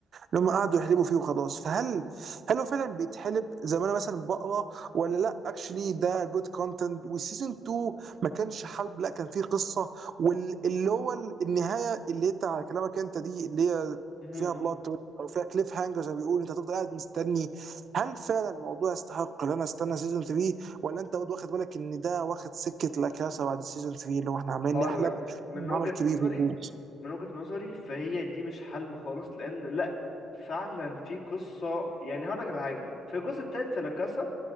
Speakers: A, on the right; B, on the left.
A: ان هم قعدوا يحلبوا فيه وخلاص فهل هل هو فعلا بيتحلب زي ما انا مثلا بقرا ولا لا اكشلي ده جود كونتنت والسيزون 2 ما كانش حلب لا كان فيه قصه واللي هو النهايه اللي انت على كلامك انت دي اللي هي
B: <laughs>
A: فيها بلوت او فيها كليف هانجر زي ما بيقولوا انت هتفضل قاعد مستني هل فعلا الموضوع يستحق ان انا استنى سيزون 3 ولا انت برضه واخد بالك ان ده واخد سكه لاكاسا بعد السيزون 3 اللي هو احنا عمالين
B: هقول
A: نحلب
B: لك من وجهة
A: عمل كبير
B: نظري
A: في الفلوس
B: من وجهة نظري فهي دي مش حلب خالص لان لا فعلا في قصه يعني هقول لك على حاجه في الجزء الثالث في لاكاسا